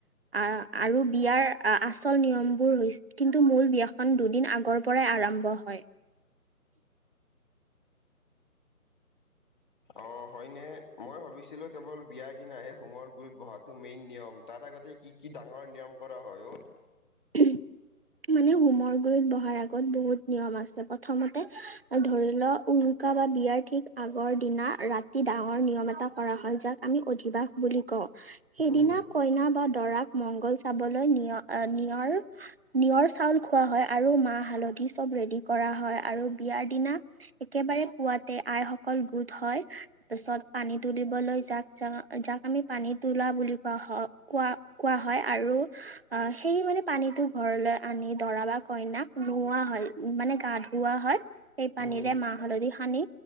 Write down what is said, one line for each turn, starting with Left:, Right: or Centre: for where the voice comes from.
Right: আহ আৰু বিয়াৰ আচল নিয়মবোৰ হৈ কিন্তু মূল বিয়াখন দুদিন আগৰ পৰাই আৰম্ভ হয়।
Left: অ হয়নে, মই ভাবিছিলো কেৱল বিয়াৰ দিনাহে হোমৰ গুৰিত বহাতো মেইন নিয়ম তাৰ আগ তে কি কি ডাঙৰ নিয়ম কৰা হয় অ'
Right: উম মানে হোমৰ গুৰিত বহাৰ আগত বহুত নিয়ম আছে প্ৰথমতে ধৰি লও উৰু -কা বা বিয়াৰ ঠিক আগৰ দিনা ৰাতি ডাঙৰ নিয়ম এটা কৰা হয় যাক আমি অধিবাস বুলি কওঁ। সেইদিনা
Left: উম,
Right: কইনা বা দৰাক মংগল চাবলৈ নিয় অ নি নিয়ৰ চাউল খোৱা হয় আৰু মাহ হালধি চব ৰেডি কৰা হয় আৰু বিয়াৰ দিনা একেবাৰে পুৱাতে আইসকল গোট হয় তাৰ পাছত পানী তুলিবলৈ যাক যাক যাক আমি পানী তোলা বুলি কোৱা হয় কোৱা কোৱা হয় আৰু সেই মানে পানীতো ঘৰলৈ আনি দৰা বা কইনাক নোওৱা হয় মানে গা ধুওৱা হয়। সেই পানীৰে
Left: উম।
Right: মাহ হালধি সানি